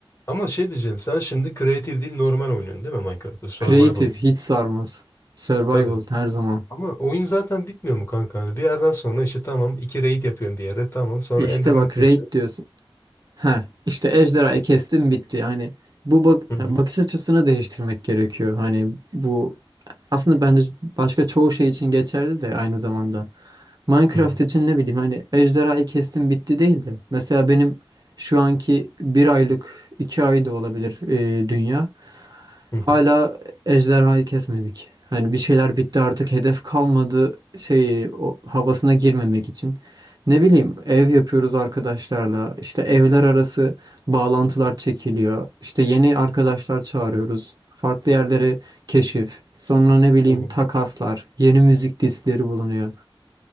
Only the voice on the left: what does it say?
Ama şey diyeceğim sen şimdi creative değil normal oynuyorsun değil mi Minecraft'ı? Survival.
Tabii.
Ama oyun zaten bitmiyor mu kanka? Hani bir yerden sonra işte tamam iki raid yapıyorum bir yere. Tamam sonra
enderman
kesiyorum.
Hı hı.
Hı hı.
Hı hı.
Hı hı.